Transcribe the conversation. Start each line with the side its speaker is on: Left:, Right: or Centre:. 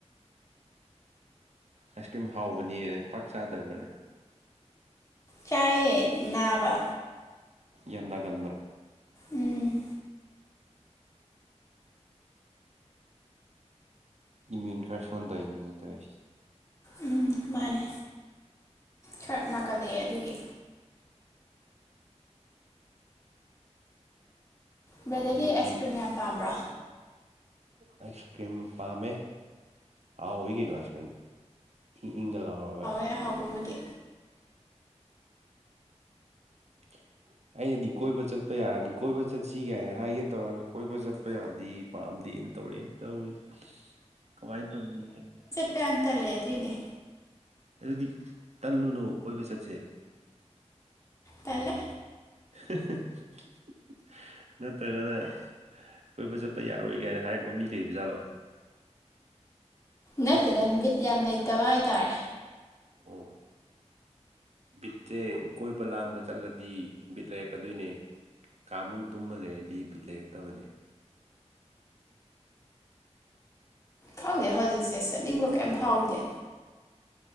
Right: ꯑꯥꯏꯁ ꯀ꯭ꯔꯤꯝ ꯍꯥꯎꯕꯅꯦ ꯄꯥꯛ ꯆꯥꯗꯕ꯭ꯔꯅꯦ
Left: ꯆꯥꯏꯌꯦ ꯅꯥꯕ
Right: ꯌꯥꯝ ꯅꯥꯒꯟꯕ꯭ꯔ
Left: ꯎꯝ
Right: ꯏꯃꯨꯟ ꯈꯔ ꯁꯣꯟ ꯇꯧꯏꯅꯤꯅꯦ ꯇꯧꯔꯤꯁꯦ
Left: ꯎꯝ ꯃꯥꯅꯦ ꯈꯔ ꯅꯥꯒꯜꯂꯦ ꯑꯗꯨꯒꯤ ꯕ꯭ꯔꯗꯔꯗꯤ
Right: ꯑꯩꯗꯤ
Left: ꯑꯥꯏꯁ ꯀ꯭ꯔꯤꯝ ꯌꯥꯝ ꯄꯥꯝꯕ꯭ꯔꯣ
Right: ꯑꯥꯏꯁ ꯀ꯭ꯔꯤꯝ ꯄꯥꯝꯃꯦ ꯍꯥꯎꯏ ꯀꯤꯅꯣ ꯑꯥꯏꯁ ꯀ꯭ꯔꯤꯝꯕꯣ ꯏꯪ ꯏꯪꯒ ꯂꯥꯎꯔꯒ
Left: ꯑꯦ ꯍꯥꯎꯕ ꯑꯣꯏꯗꯦ
Right: <inaudible> ꯑꯩꯅꯗꯤ ꯀꯣꯏꯕ ꯆꯠꯄ ꯌꯥꯔꯗꯤ ꯀꯣꯏꯕ ꯆꯠꯁꯤ ꯀꯥꯏꯅ ꯍꯥꯏꯒꯦ ꯇꯧꯔꯒ ꯀꯣꯏꯕ ꯆꯠꯄ ꯌꯥꯗꯤ ꯄꯥꯝꯗꯦꯅ ꯇꯧꯔꯛꯑꯦ ꯇꯧꯔꯤꯁꯦ ꯏꯁ ꯀꯃꯥꯏꯅ ꯇꯧꯅꯤ
Left: ꯏꯇꯟ ꯇꯂꯦ ꯑꯗꯨꯏꯅꯤ
Right: ꯑꯗꯨꯗꯤ ꯇꯜꯂꯨꯅꯣ ꯀꯣꯏꯕ ꯆꯠꯁꯦ
Left: ꯇꯂꯦ
Right: <unintelligible> ꯅꯠꯇ꯭ꯔꯒꯅ ꯀꯣꯏꯕ ꯆꯠꯄ ꯌꯥꯔꯣꯏ ꯀꯥꯏꯅ ꯍꯥꯏꯔꯛꯄ ꯃꯤ ꯂꯩꯕ ꯖꯥꯠꯂꯣ
Left: ꯅꯠꯇꯦꯗ ꯕꯤꯠ ꯌꯥꯝ ꯂꯩꯇꯕ ꯍꯥꯏꯇꯥꯔꯦ
Right: ꯎꯝ ꯕꯤꯠꯁꯦ ꯀꯣꯏꯕ ꯂꯥꯡꯕ ꯆꯠꯂꯗꯤ ꯕꯤꯠ ꯂꯩꯔꯛꯀꯗꯣꯏꯅꯦ ꯀꯥ ꯃꯅꯨꯡ ꯇꯨꯝꯃ ꯂꯩꯔꯗꯤ ꯕꯤꯠ ꯂꯩꯔꯛꯇꯕꯅꯦ
Left: ꯈꯪꯗꯦ ꯍꯧꯖꯤꯛꯁꯦ ꯆꯠꯅꯤꯡꯕ ꯀꯩꯝ ꯐꯥꯎꯗꯦ